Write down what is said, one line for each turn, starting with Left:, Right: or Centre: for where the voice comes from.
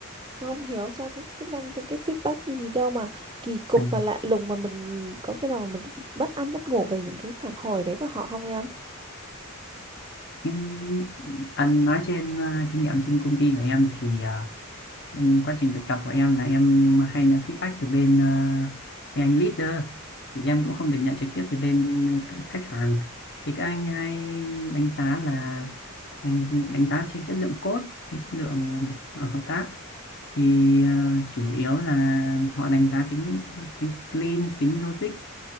Right: không hiểu sao cái cái mang những cái feedback gì đâu mà kỳ cục
Left: à,
Right: và lạ lùng mà mình có khi nào mà mình bất ăn bất ngủ về những cái phản hồi đấy của họ không em?
Left: em anh nói trên à, kinh nghiệm trên công ty của em thì à, em quá trình thực tập của em là em hay nhận feedback từ bên ờ, mấy anh leader thì em cũng không được nhận trực tiếp từ bên các khách hàng thì các anh hay đánh giá là đánh, đánh giá trên chất lượng code trên chất lượng ờ, hợp tác thì ờ, chủ yếu là họ đánh giá tính tính clean tính logic